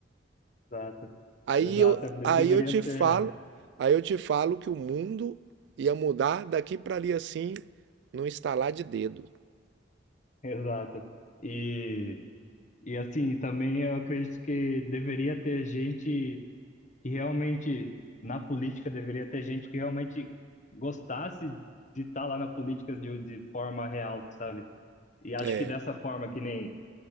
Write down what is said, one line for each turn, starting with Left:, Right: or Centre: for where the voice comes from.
Left: Exato,
Right: Aí
Left: exato,
Right: eu,
Left: é, de-
Right: aí
Left: deveria
Right: eu te
Left: ser,
Right: falo, aí eu te falo que o mundo ia mudar daqui para ali assim, num estalar de dedo.
Left: é, exato. E, e assim, também eu acredito que deveria ter gente que realmente, na política, deveria ter gente que realmente gostasse de estar lá na política de, de forma real, sabe? E acho
Right: É,
Left: que dessa forma, que nem